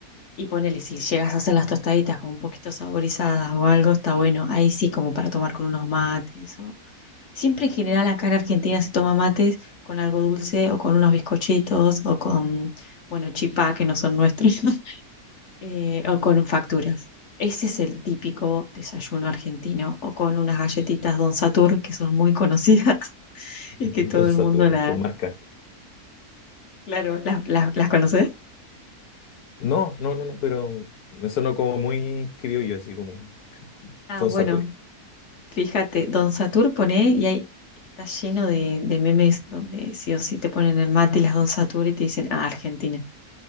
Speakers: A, on the left; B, on the left.
A: Y ponele, si llegas a hacer las tostaditas como un poquito saborizadas o algo, está bueno. Ahí sí, como para tomar con unos mates Siempre en general acá en Argentina se toma mates con algo dulce o con unos bizcochitos o con, bueno, chipá, que no son nuestros, <laughs> eh, o con facturas. Ese es el típico desayuno argentino o con unas galletitas Don Satur que son muy conocidas <laughs>
B: <laughs>
A: y que todo
B: Don Saturra,
A: el mundo la,
B: con marca.
A: claro, las las- las conoce.
B: No, no, no, no, pero me sonó como muy criollo, así como
A: Ah,
B: Don
A: bueno,
B: Satur.
A: fíjate, Don Satur pone y ahí está lleno de, de memes donde sí o sí te ponen el mate y las Don Satur y te dicen, ah, Argentina.